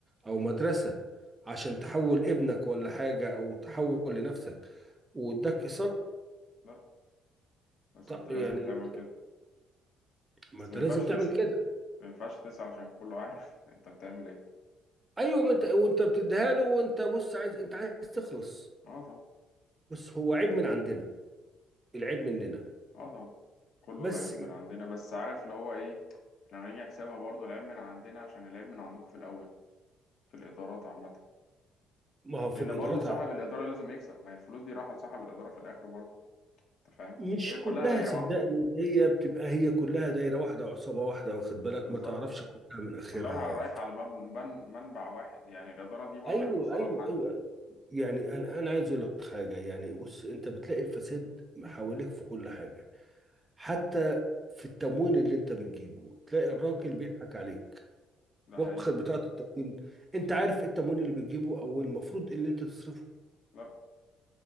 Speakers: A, on the right (about 20°); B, on the left (about 60°).
A: او مدرسه عشان تحول ابنك ولا حاجه او تحول لنفسك واداك ايصال
B: لا بس
A: طب
B: انت لازم
A: يعني
B: تعمل كده
A: ما
B: بس
A: انت
B: ما ينفعش
A: لازم تعمل
B: تسأل
A: كده
B: ما ينفعش تسأل عشان كله عارف <laughs> انت بتعمل ايه
A: ايوه ما انت وانت بتديها له وانت بص عايز انت عايز تخلص
B: اه طبعا
A: بس هو عيب من عندنا العيب مننا
B: اه طبعا كله
A: بس
B: العيب من عندنا بس عارف اللي هو ايه لو نيجي نحسبها برضه العيب من عندنا عشان العيب من عندكم في الاول في الادارات عامة
A: ما هو في
B: لان
A: الادارات
B: برضه صاحب
A: عامة
B: الادارة لازم يكسب ما هي الفلوس دي رايحة لصاحب الادارة في الاخر برضه انت فاهم
A: مش
B: هي كلها
A: كلها
B: دايرة
A: صدقني
B: واحدة
A: هي بتبقى هي كلها دايره واحده عصابه واحده واخد بالك
B: بالظبط
A: ما تعرفش كلها من اخرها
B: كلها رايحة رايحة على مبن- من- منبع واحد يعني الادارة دي برضه
A: ايوه
B: هيوصلها
A: ايوه
B: لحد
A: ايوه أيوة. يعني انا انا عايز اقول لك حاجه يعني بص انت بتلاقي الفساد حواليك في كل حاجه حتى في التموين اللي انت بتجيبه تلاقي
B: صح
A: الراجل بيضحك عليك
B: ده
A: واخد
B: حقيقي
A: بتاعه التموين انت عارف إيه التموين اللي بتجيبه او المفروض إيه اللي انت تصرفه
B: لا